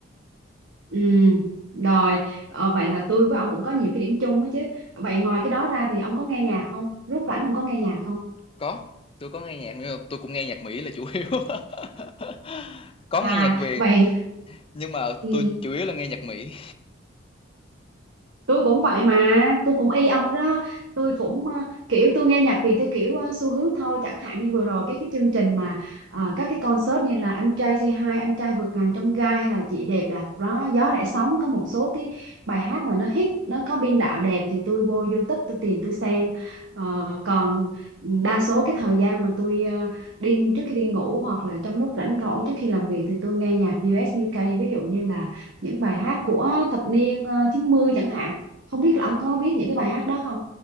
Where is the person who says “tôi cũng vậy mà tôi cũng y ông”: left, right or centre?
Right